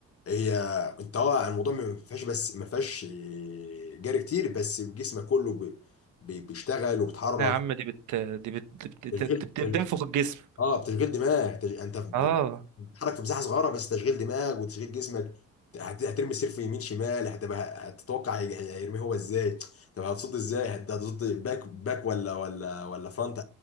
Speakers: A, on the left; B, on the right.
A: هي انت اه الموضوع ما فيهاش بس ما فيهاش آه، جري كتير بس جسمك كله بي- بي- بيشتغل وبتحرك
B: لا يا عم دي بت دي بت دي بت... دي
A: تشغيل
B: بت... بت... بتنفخ الجسم
A: اه بتشغيل دماغ تش... انت ب-
B: اه
A: بتتحرك في مساحه صغيره بس تشغيل دماغ وتشغيل جسمك هت... هترمي السير في يمين شمال هتبقى هتتوقع هي- هي- هيرميه هو ازاي طب هتصد ازاي هت- هتصد باك باك ولا ولا ولا فرونت